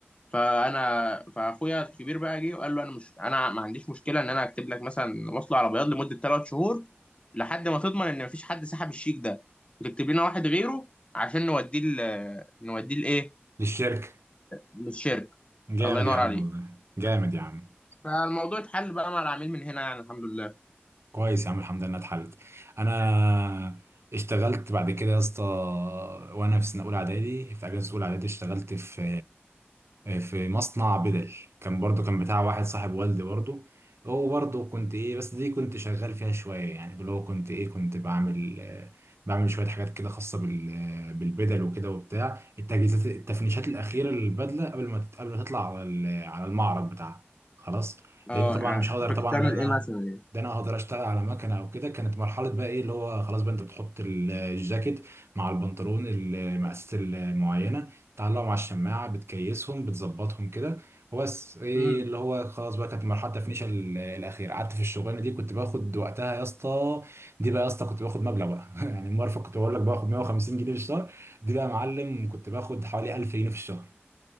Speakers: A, on the left; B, on the right.
A: فانا فاخويا الكبير بقى جه وقال له انا مش انا ما عنديش مشكله ان انا اكتب لك مثلا وصله على بياض لمده ثلاث شهور لحد ما تضمن ان مفيش حد سحب الشيك ده وتكتب لنا واحد غيره عشان نوديه ال- نوديه لايه
B: للشركة
A: للشركه
B: جامد
A: الله ينور
B: يا عم
A: عليك
B: والله جامد يا عم
A: فالموضوع اتحل بقى مع العميل من هنا يعني الحمد لله
B: كويس يا عم الحمد لله إنها اتحلت انا اشتغلت بعد كده يا اسطى وانا في سنه اولى اعدادي في اجازه اولى اعدادي اشتغلت في في مصنع بدل كان برضو كان بتاع واحد صاحب والدي برضو هو برضو كنت ايه بس دي كنت شغال فيها شويه يعني اللي هو كنت ايه كنت بعمل آه، بعمل شويه حاجات كده خاصه بال آه، بالبدل وكده وبتاع التجهيزات التفنيشات الاخيره للبدله قبل ما تت- قبل ما تطلع على ال- على المعرض بتاعها خلاص
A: اه
B: لان طبعا
A: يعني
B: مش هقدر
A: كنت
B: طبعا
A: بتعمل
B: ان انا
A: ايه مثلا يعني
B: ده انا اقدر اشتغل على مكنه او كده كانت مرحله بقى ايه اللي هو خلاص بقى انت بتحط ال- الجاكيت مع البنطلون المقاسات المعينه تعلقهم على الشماعه بتكيسهم بتظبطهم كده وبس ايه
A: امم
B: اللي هو خلاص بقى كانت مرحله تفنيش ال- الاخير قعدت في الشغلانه دي كنت باخد وقتها يا اسطى دي بقى يا اسطى كنت باخد مبلغ بقى <laughs> يعني المرفق كنت بقول لك باخد 150 جنيه في الشهر دي بقى يا معلم كنت باخد حوالي 1000 جنيه في الشهر